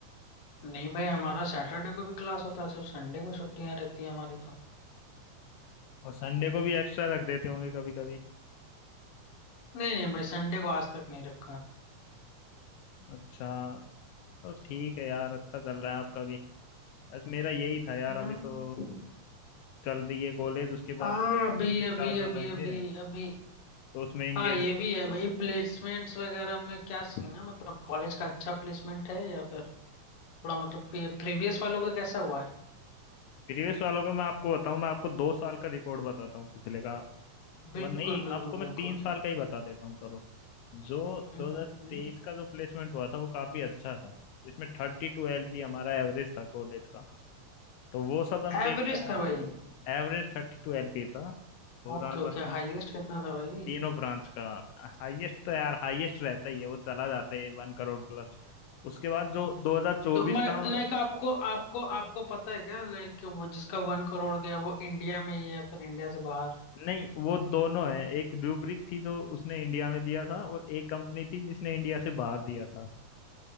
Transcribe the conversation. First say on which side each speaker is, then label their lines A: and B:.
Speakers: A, on the left; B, on the left.
A: नहीं भाई हमारा सैटरडे को भी क्लास होता है सिर्फ संडे को छुट्टियां रहती है हमारी तो
B: और संडे को भी एक्स्ट्रा रख देते होंगे कभी कभी
A: नहीं नहीं भाई संडे को आज तक नहीं रखा
B: अच्छा तो ठीक है यार अच्छा चल रहा है आपका भी बस मेरा यही था यार
A: हम्म
B: अभी तो चल रही है कॉलेज उसके
A: हाँ
B: बाद प्लेसमेंट
A: अभी
B: स्टार्ट
A: अभी अभी
B: हो जाएंगे
A: अभी अभी
B: तो उसमें एंगेज
A: हाँ ये
B: हो
A: भी है भाई प्लेसमेंट्स वगैरह में
B: जाएंगे
A: क्या सीन है मतलब कॉलेज का अच्छा प्लेसमेंट है या फिर थोड़ा मतलब प्रीवियस वालों का कैसा हुआ है
B: प्रीवियस वालों का मैं आपको बताऊं मैं आपको दो साल का रिकॉर्ड बताता हूँ पिछले का
A: बिल्कुल
B: वह नहीं
A: बिल्कुल
B: आपको मैं
A: बिल्कुल
B: तीन साल का ही बता देता हूँ चलो जो
A: हम्म
B: 2023 का जो प्लेसमेंट हुआ था वो काफी अच्छा था जिसमें थर्टी टू एलपी हमारा एवरेज था कॉलेज का तो वो सब हम
A: एवरेज
B: देख के आए
A: था भाई
B: थे एवरेज थर्टी टू एलपी था ओवरऑल
A: ओके ओके
B: मतलब
A: हाईएस्ट कितना था भाई
B: तीनों ब्रांच का हाईएस्ट तो यार हाईएस्ट रहता ही है वो चला जाता है वन करोड़ प्लस उसके बाद जो 2024
A: तो मैं
B: था
A: लाइक आपको आपको आपको पता है क्या लाइक वो जिसका वन करोड़ गया वो इंडिया में ही है या फिर इंडिया से बाहर
B: नहीं वो दोनों है एक रूब्रिक थी जो उसने इंडिया में दिया था और एक कंपनी थी जिसने इंडिया से बाहर दिया था